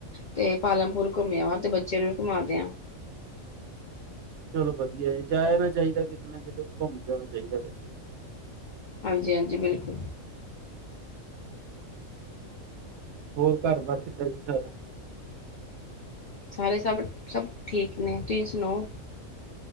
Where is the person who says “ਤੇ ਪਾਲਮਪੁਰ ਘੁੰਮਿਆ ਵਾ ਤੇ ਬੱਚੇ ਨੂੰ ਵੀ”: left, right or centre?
Left